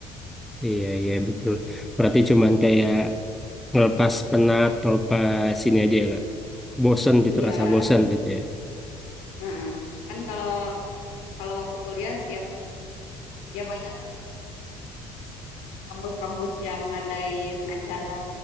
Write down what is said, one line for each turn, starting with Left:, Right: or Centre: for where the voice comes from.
Centre: iya iya betul. Berarti cuman kayak ngelepas penat, ngelepas ini aja ya, Kak. Bosen gitu,
Left: Iya,
Centre: rasa bosen gitu ya?
Left: heeh. Kan kalau kalau waktu kuliah tiap ya banyak lah banyak kampus-kampus yang ngadain acara